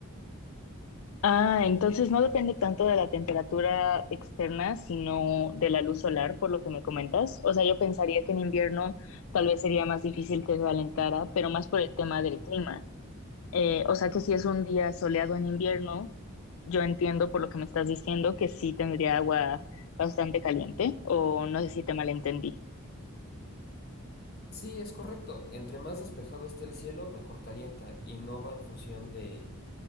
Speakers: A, on the left; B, on the left.
A: Ah, entonces no depende tanto de la temperatura externa, sino de la luz solar, por lo que me comentas. O sea, yo pensaría que en invierno tal vez sería más difícil que se calentara, pero más por el tema del clima. Eh, o sea que si es un día soleado en invierno, yo entiendo por lo que me estás diciendo que sí tendría agua bastante caliente, o no sé si te malentendí.
B: Sí, es correcto. Entre más despejado esté el cielo, mejor calienta y no va en función de